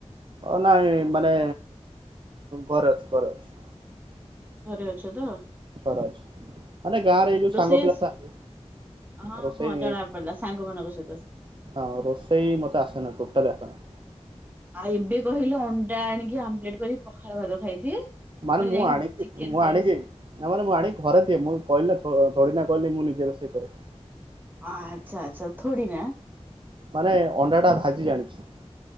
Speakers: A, on the right; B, on the right.
A: ଅ ନାଇଁ ମାନେ ଘରେ ଅଛି ଘରେ ଅଛି।
B: ଘରେ ଅଛ ତ
A: ଥର ଅଛି ମାନେ ଗାଁରେ ଏଇ ଯୋଉ ସାଙ୍ଗ
B: ରୋଷେଇ
A: ପିଲା
B: ଆସେ?
A: ଥାଆନ୍ତି
B: ହଁ
A: ରୋଷେଇ
B: ହଁ ଜଣା ପଡିଲା ସାଙ୍ଗ ମାନଙ୍କ ସହିତ
A: ଅ ରୋଷେଇ ମୋତେ ଆସେନା ଟୋଟାଲି ଆସେନା।
B: ଆଉ ଏବେ କହିଲେ ଅଣ୍ଡା ଆଣିକି ଆମ୍ବଲେଟ୍ କରିକି ପଖାଳ ଭାତ ଖାଇଦିଏ।
A: ମାନେ
B: ପୁଣି
A: ମୁଁ
B: ଯାଇକି
A: ଆଣିକି
B: ଚିକେନ
A: ମୁଁ
B: ନେଇ
A: ଆଣିକି
B: ଆସେ
A: ନା ମାନେ ମୁଁ ଆଣିିକି ଘରେ ଦିଏ ମୁଁ କହିଲି ନା ଥୋଡିନା କହିଲି ମୁଁ ନିଜେ ରୋଷେଇ କରେ।
B: ଆଚ୍ଛା ଆଚ୍ଛା ଥୋଡ଼ି ନା
A: ମାନେ ଅଣ୍ଡା ଟା ଭାଜି ଜାଣିଛି।